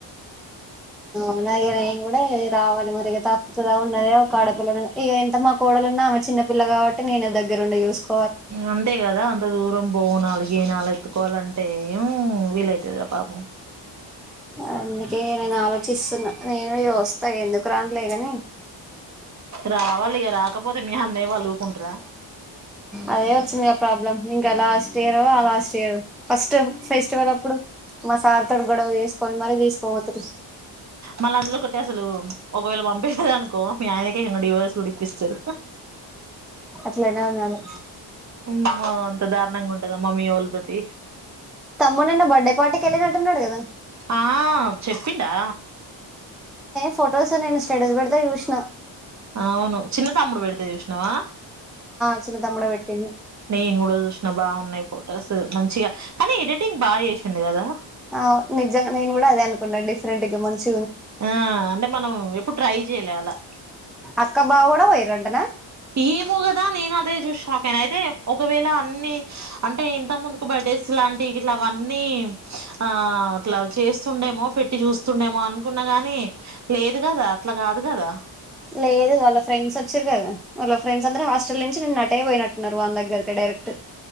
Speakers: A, in the centre; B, on the right (about 35°).
A: వునాగే నేను కూడా రావాలి మరి త అప్పుతుదా ఉన్నద ఒక ఆడపిల్ల ఇక ఎంత మా కోడలు ఉన్నా ఆమె చిన్నపిల్ల కాబట్టి నేనే దగ్గర ఉండే చూసుకో
B: అంతే కదా అంత దూరం బోవునాలు గనాలు ఎత్తుకోవాలంటే ఏం వీలైతుది కదా పాపం
A: అందుకే నేను ఆలోచిస్తున్నా నేను చ వస్తా ఎందుకు రానలేదని
B: రావాలి ఇక రాకపోతే మీ అన్నయ వాలువుకుంటార
A: అదే వచ్చిందిగా ప్రాబ్లమ్ ఇంకా లాస్ట్ ఇయర్ ఆ లాస్ట్ ఇయర్ ఫస్ట్ ఫెస్టివల్ అప్పుడు మా సార్ తోడు గొడవ తీసుకొని మరీ తీసుకోపోతు
B: మళ్ళీ అందులో కొట్టటి అసలు ఒకవేళ పంపలేద అనుకో మీ ఆయనక ఇ డివర్స్ గుడి ఇప్పస్తారు
A: అట్లా ఉన్నాాలి
B: అమ్మో అంత దారుణంగా ఉంటదా మమ్మీ వాళ్ళతోటి
A: తమ్మ ఎన్న బర్డే పార్టీకి వెలి డేద
B: ఆ చెప్పిడా
A: ఏ ఫొటోస్ నేను స్టేటస్ పెడతే చూసిన
B: ఆ అవును చిన్న తామ్ముడు బడతది ఉష్ణవా
A: అ తడ వెట్టి
B: నను కూడా చూసినా బాగున్నాయి ఫొటోస్ మంచిగా కానీ ఎడిటింగ్ బాగా చేసిండు కదా
A: ఆ నిజ నన్ను కూడా అదే అనుకంట డిఫరెంట్గా ముంచి
B: ఆ అంటే మనం ఇప్పుడు ట్రై చేయ్య అాలలా
A: అక్క బావ కూడా కూడా వైరంటనా
B: ఏమోగదా నేను అదే చూసా పన అయితే ఒకవేళ అన్ని అంటే ఇంత ముందుకు బర్డేస్ లాంటివి ఇట్లా అవన్నీ ఆ అట్లా చేస్తుండేమో పెట్టి చూస్తుండేమో అనుకున్న గాని లేదు కదా అట్లా కాదు కదా
A: లేదు వాళ్ళ ఫ్రెంస్ వచ్చారు కాదా వాళ్ళ ఫ్రెడ్స్ అందర హాస్టల్ నుంచి నిన్న నటే పోయినట్న్నారు వాళ్ దగ్గకి డైరెక్ట్